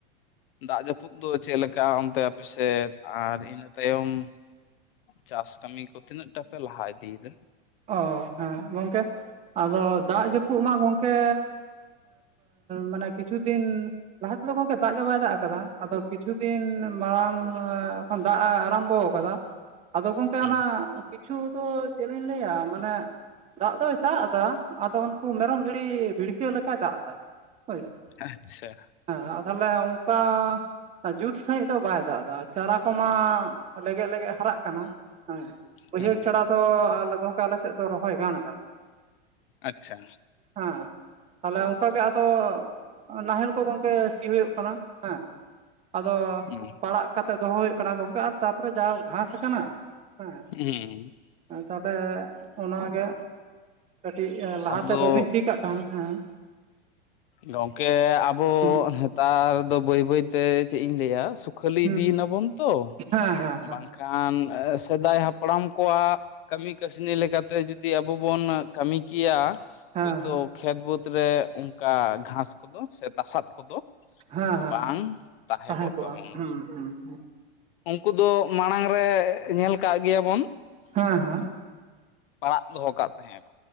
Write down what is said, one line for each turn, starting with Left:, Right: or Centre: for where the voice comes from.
Left: ᱫᱟᱜ ᱡᱟᱹᱯᱩᱫ ᱫᱚ ᱪᱮᱫ ᱞᱮᱠᱟ ᱚᱱᱛᱮ ᱟᱯᱮ ᱥᱮᱫ ᱟᱨ ᱤᱱᱟᱹ ᱛᱟᱭᱚᱢ ᱪᱟᱥ ᱠᱟᱹᱢᱤ ᱠᱚ ᱛᱤᱱᱟᱹᱜ ᱴᱟᱜ ᱯᱮ ᱞᱟᱦᱟ ᱤᱫᱤᱭᱮᱫᱟ
Right: ᱚ ᱦᱮᱸ ᱜᱚᱢᱠᱮ ᱟᱫᱚ ᱫᱟᱜ ᱡᱟᱹᱯᱩᱜ ᱢᱟ ᱜᱚᱢᱠᱮ ᱢᱟᱱᱮ ᱠᱤᱪᱷᱩ ᱫᱤᱱ ᱞᱟᱦᱟ ᱛᱮᱫᱚ ᱜᱚᱢᱠᱮ ᱫᱟᱜ ᱜᱮ ᱵᱟᱭ ᱫᱟᱜ ᱟᱠᱟᱫᱟ ᱟᱫᱚ ᱠᱤ ᱠᱤᱪᱷᱩ ᱫᱤᱱ ᱢᱟᱲᱟᱝ ᱠᱷᱚᱱ ᱫᱟᱜ ᱮ ᱟᱨᱟᱢᱵᱚ ᱟᱠᱟᱫᱟ ᱟᱫᱚ ᱜᱚᱢᱠᱮ
Left: ᱦᱩᱸ
Right: ᱚᱱᱟ ᱠᱤᱪᱷᱩ ᱫᱚ ᱪᱮᱫ ᱞᱤᱧ ᱞᱟᱹᱭᱟ ᱢᱟᱱᱮ ᱫᱟᱜ ᱫᱚᱭ ᱫᱟᱜ ᱮᱫᱟ ᱟᱫᱚ ᱩᱱᱠᱩ ᱢᱮᱨᱚᱢ ᱵᱷᱤᱲᱤ ᱵᱷᱤᱲᱠᱟᱹᱣ ᱞᱮᱠᱟᱭ ᱫᱟᱜ ᱮᱫᱟ ᱦᱳᱭ
Left: ᱟᱪᱪᱷᱟ
Right: ᱦᱮᱸ ᱛᱟᱦᱚᱞᱮ ᱚᱝᱠᱟ ᱡᱩᱛ ᱥᱟᱸᱦᱤᱡ ᱫᱚ ᱵᱟᱭ ᱫᱟᱜ ᱮᱫᱟ ᱪᱟᱨᱟ ᱠᱚᱢᱟ ᱞᱮᱜᱮᱡ ᱞᱮᱜᱮᱡ ᱦᱟᱨᱟᱜ ᱠᱟᱱᱟ ᱦᱮᱸ ᱵᱟᱹᱭᱦᱟᱹᱲ
Left: ᱦᱮᱸ
Right: ᱪᱷᱟᱲᱟ ᱫᱚ ᱜᱚᱝᱠᱮ ᱟᱞᱮ ᱥᱮᱫ ᱫᱚ ᱨᱚᱦᱚᱭ ᱜᱟᱱ ᱠᱟᱱᱟ
Left: ᱟᱪᱪᱷᱟ
Right: ᱦᱮᱸ ᱛᱟᱦᱞᱮ ᱚᱱᱠᱟ ᱜᱮ ᱟᱫᱚ ᱱᱟᱦᱮᱞ ᱠᱚ ᱜᱚᱢᱠᱮ ᱥᱤ ᱦᱩᱭᱩᱜ ᱠᱟᱱᱟ ᱦᱮᱸ ᱟᱫᱚ
Left: ᱦᱩᱸ
Right: ᱯᱟᱲᱟᱜ ᱠᱟᱛᱮᱫ ᱫᱚᱦᱚ ᱦᱩᱭᱩᱜ ᱠᱟᱱᱟ ᱜᱚᱢᱠᱮ ᱛᱟᱨᱯᱚᱨᱮ ᱡᱟᱦᱟᱸ ᱜᱷᱟᱸᱥ ᱟᱠᱟᱱᱟ ᱦᱮᱸ
Left: ᱩᱸ
Right: ᱛᱟᱦᱚᱞᱮ ᱚᱱᱟᱜᱮ ᱠᱟᱹᱴᱤᱡ ᱞᱟᱦᱟ
Left: ᱟᱫᱚ
Right: ᱛᱮ ᱵᱟᱹᱵᱤᱱ ᱥᱤ ᱠᱟᱜ ᱠᱷᱟᱱ ᱦᱮᱸ
Left: ᱜᱚᱝᱠᱮ ᱟᱵᱚ
Right: ᱦᱩᱸ
Left: ᱦᱮᱛᱟᱨ ᱫᱚ ᱵᱟᱹᱭ ᱵᱟᱹᱭ ᱛᱮ ᱪᱮᱫ ᱤᱧ ᱞᱟᱹᱭᱟ ᱠᱷᱟᱹᱞᱤ
Right: ᱦᱩᱸ
Left: ᱤᱫᱤᱭᱮ ᱱᱟᱵᱚᱱ ᱛᱚ
Right: ᱦᱮᱸ ᱦᱮᱸ ᱦᱮᱸ
Left: ᱵᱟᱝ ᱠᱷᱟᱱ ᱥᱮᱫᱟᱭ ᱦᱟᱯᱲᱟᱢ ᱠᱚᱣᱟᱜ ᱠᱟᱢᱤ ᱠᱟᱥᱱᱤ ᱞᱮᱠᱟ ᱛᱮ ᱛᱮ ᱡᱩᱫᱤ ᱟᱵᱚ ᱵᱚᱱ ᱠᱟᱹᱢᱤ ᱠᱮᱭᱟ
Right: ᱦᱮᱸ
Left: ᱦᱚᱭ ᱛᱳ ᱠᱷᱮᱛ ᱵᱟᱹᱫᱽ ᱨᱮ ᱚᱱᱠᱟ ᱜᱷᱟᱥ ᱠᱚᱫᱚ ᱥᱮ ᱛᱟᱥᱟᱫ ᱠᱚᱫᱚ
Right: ᱦᱮᱸ ᱦᱮᱸ ᱦᱮᱸ
Left: ᱵᱟᱝ ᱛᱟᱦᱮᱸ ᱠᱚᱜ
Right: ᱠᱚᱜᱼᱟ
Left: ᱛᱟᱵᱚᱱᱟ
Right: ᱦᱩᱸ ᱦᱩᱸ
Left: ᱩᱱᱠᱩ ᱫᱚ ᱢᱟᱲᱟᱝ ᱨᱮ ᱧᱮᱞ ᱠᱟᱜ ᱜᱮᱭᱟᱵᱚᱱ
Right: ᱦᱮᱸ ᱦᱮᱸ
Left: ᱯᱟᱲᱟᱜ ᱫᱚᱦᱚ ᱠᱟᱜ ᱛᱟᱦᱮᱸᱫ,